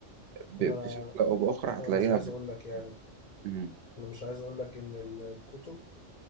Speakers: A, on the right; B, on the left.
A: ب-
B: انا
A: بشكل أو بآخر هتلاقيها
B: انا مش عايز
A: بت...
B: اقول لك يعني
A: مم.
B: انا مش عايز اقول لك ان الكتب